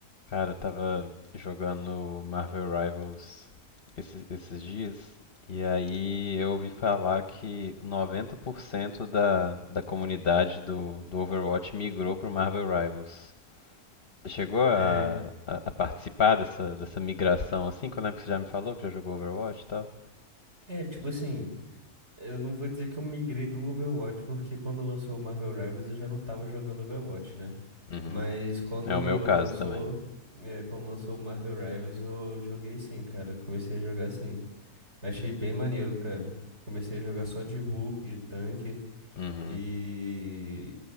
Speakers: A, on the left (about 40°); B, on the right (about 45°).
A: Cara, eu tava jogando Marvel Rivals esses, esses dias e aí eu ouvi falar que 90% da, da comunidade do, do Overwatch migrou pro Marvel Rivals. Você chegou a,
B: É,
A: a, a participar dessa, dessa migração assim? Que eu lembro que você já me falou que já jogou Overwatch e tal.
B: é, tipo assim, eu não vou dizer que eu migrei do Overwatch, porque quando lançou o Marvel Rivals eu já não tava jogando Overwatch, né?
A: Uhum.
B: Mas quando
A: É o meu caso
B: lançou,
A: também.
B: é, quando lançou o Marvel Rivals eu joguei sim, cara. Comecei a jogar sim. Achei bem maneiro, cara. Comecei a jogar só de Hulk, de tanque
A: Uhum.
B: e.